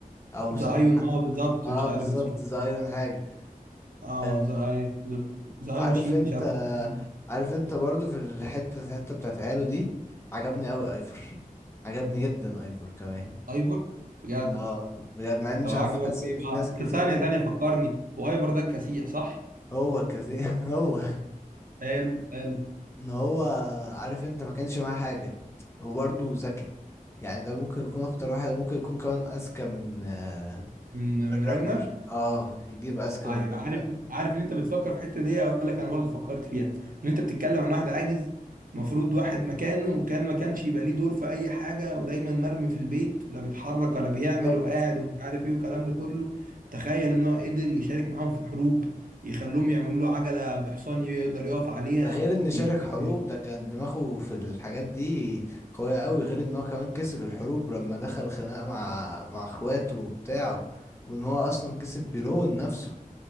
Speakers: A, on the left; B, on the right.
A: او سموه
B: زايون اه بالظبط
A: اه
B: مش عارف
A: بالظبط
B: اسمه
A: ذا ايرون حاجة
B: اه
A: آه
B: زايون زايون
A: عارف
B: شيل
A: انت
B: مش عارف اسمه
A: آه عارف انت برضو في الحتة الحتة بتاعت عياله دي عجبني قوي ايفر عجبني جدا ايفر كمان
B: ايفر بجد
A: اه بجد مع اني
B: طب
A: مش
B: عجبك
A: عارف حاسس
B: ايه
A: ان في
B: بقى
A: ناس
B: انت
A: كتير
B: ثانية ثانية فكرني وايفر ده الكسيح صح؟
A: هو كثير <laughs> هو
B: حلو حلو
A: ان هو عارف انت ما كانش معاه حاجة وبرضه ذكي يعني ده ممكن يكون اكتر واحد ممكن يكون كمان اذكى من آه،
B: من
A: من
B: من راجنر
A: راجنر اه يجيب اذكى
B: أيوة،
A: من راجنر
B: عارف عارف ان انت بتفكر في الحته دي اقول لك انا برضو فكرت فيها ان انت بتتكلم عن واحد عاجز المفروض واحد مكانه وكان ما كانش يبقى ليه دور في اي حاجه ودايما مرمي في البيت لا بيتحرك ولا بيعمل
A: بالظبط
B: وقاعد ومش عارف ايه والكلام ده كله تخيل ان هو قدر يشارك معاهم في حروب يخلوهم يعملوا له عجله بحصان يقدر يقف عليها
A: ده غير ان شارك
B: ي-
A: حروب
B: ي-
A: ده كان دماغه في الحاجات دي قوية قوي غير ان هو كمان كسب الحروب لما دخل خناقة مع مع اخواته وبتاعه وان هو اصلا كسب بيرون نفسه